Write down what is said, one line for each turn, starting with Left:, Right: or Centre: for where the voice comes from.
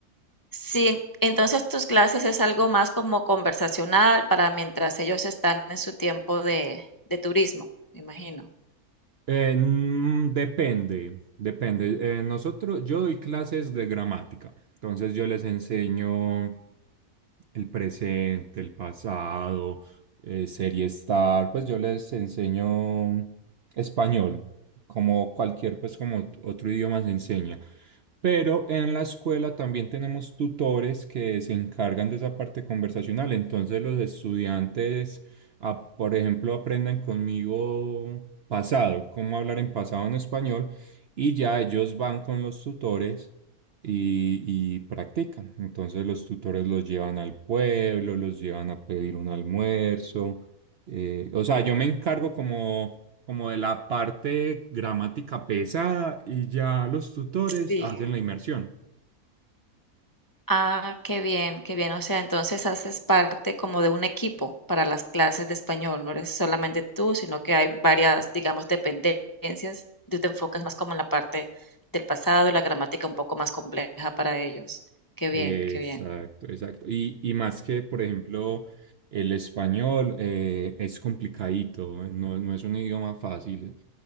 Left: sí, entonces tus clases es algo más como conversacional para mientras ellos están en su tiempo de de turismo, me imagino.
Right: Eh, mm, depende, depende. Eh, nosotros, yo doy clases de gramática, entonces yo les enseño el presente, el pasado, eh, ser y estar, pues yo les enseño español, como cualquier, pues como ot- otro idioma se enseña. Pero en la escuela también tenemos tutores que se encargan de esa parte conversacional, entonces los estudiantes a- por ejemplo, aprendan conmigo pasado, cómo hablar en pasado en español, y ya ellos van con los tutores y, y practican. Entonces los tutores los llevan al pueblo, los llevan a pedir un almuerzo. eh, o sea, yo me encargo como, como de la parte gramática pesada y ya los tutores
Left: Sí.
Right: hacen la inmersión.
Left: Ah, qué bien, qué bien. O sea, entonces haces parte como de un equipo para las clases de español. No eres solamente tú, sino que hay varias, digamos, dependencias. Y Tú te enfocas más como en la parte del pasado y la gramática un poco más compleja para ellos. Qué bien,
Right: Exacto,
Left: qué bien.
Right: exacto. Y, y más que, por ejemplo, el español eh, es complicadito, no, no es un idioma fácil.